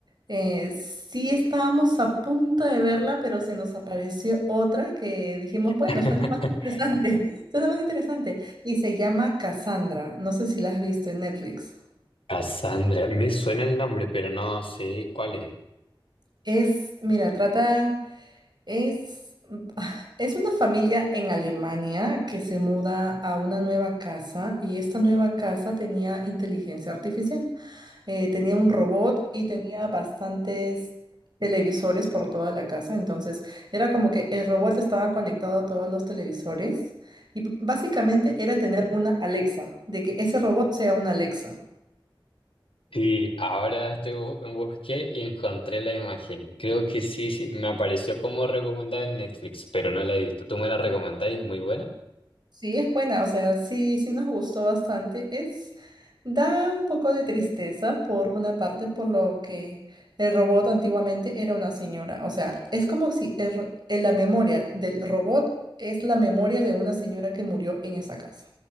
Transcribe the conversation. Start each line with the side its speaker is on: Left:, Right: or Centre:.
Right: eh, sí estábamos a punto de verla, pero se nos apareció otra que dijimos,
Left: <laughs>
Right: bueno, suena más interesante, <laughs> suena más interesante. Y se llama Cassandra. No sé si la has visto en Netflix.
Left: Cassandra, me suena el nombre, pero no sé cuál es.
Right: Es, mira, trata... Es, es una familia en Alemania que se muda a una nueva casa y esta nueva casa tenía inteligencia artificial. Eh, tenía un robot y tenía bastantes televisores por toda la casa. Entonces era como que el robot estaba conectado a todos los televisores y b- básicamente era tener una Alexa, de que ese robot sea una Alexa.
Left: Sí, ahora estoy bu- busqué y encontré la imagen. Creo que sí, sí, me apareció como recomendada en Netflix, pero no la he visto. ¿Tú me la recomendás y es muy buena?
Right: Sí, es buena, o sea, sí, sí nos gustó bastante. Es, da un poco de tristeza por una parte, por lo que el robot antiguamente era una señora. O sea, es como si el ro- en la memoria del robot es la memoria de una señora que murió en esa casa.